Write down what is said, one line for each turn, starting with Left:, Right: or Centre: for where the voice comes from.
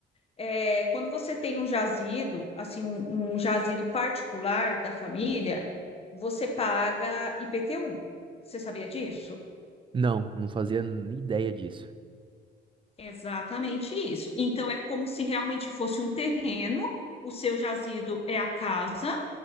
Left: é, quando você tem um jazido, assim, um, um jazido particular da família, você paga IPTU. Você sabia disso?
Right: Não, não fazia nem ideia disso.
Left: Exatamente isso. Então, é como se realmente fosse um terreno, o seu jazido é a casa,